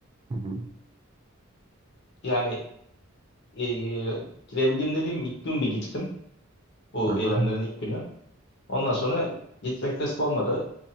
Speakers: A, on the right; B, on the left.
A: Hı hı.
B: Yani eee, gidebildiğim dediğim ilk gün bir gittim bu
A: Aha.
B: eylemlerin ilk günü. Ondan sonra gitmek nasip olmadı.